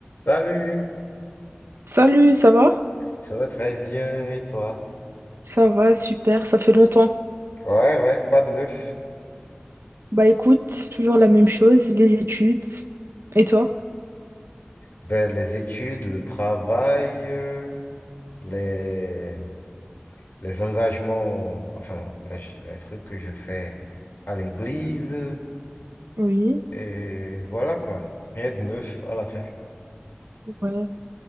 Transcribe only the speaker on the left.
Salut,
ça va très bien et toi?
Ouais, ouais, quoi de neuf?
Ben, les études, le travail, euh, les, les engagements, enfin, les, ch- les trucs que je fais à l'église,
et voilà quoi, rien de neuf à la fin.